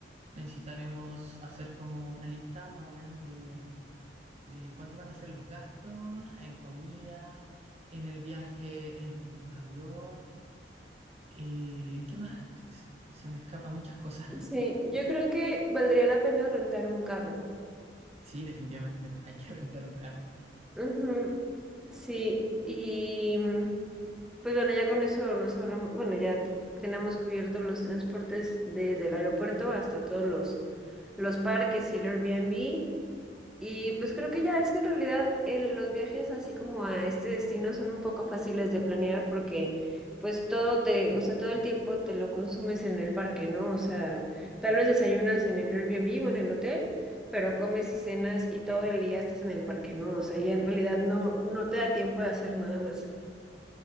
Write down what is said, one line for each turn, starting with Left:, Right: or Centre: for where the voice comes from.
Right: Necesitaremos hacer como una lista más o menos de, de cuánto van a ser los gastos en comida, en el viaje en avión. Eh, ¿qué más? Que Se se me escapan muchas cosas.
Centre: Sí, yo creo que valdría la pena rentar un carro.
Right: Sí, definitivamente, hay que <laughs> rentar un carro.
Centre: Ujú, Sí, y... Pues bueno, ya con eso nos ahorramos, bueno, ya t- tenemos cubiertos los transportes desde el aeropuerto hasta todos los, los parques y el Airbnb. Y pues creo que ya es que en realidad el- los viajes así como a este destino son un poco fáciles de planear porque pues todo te, o sea, todo el tiempo te lo consumes en el parque, ¿no? O sea, tal vez desayunas en el Airbnb o en el hotel, pero comes y cenas y todo el día estás en el parque, ¿no? O sea, ya en realidad no, no te da tiempo de hacer nada más.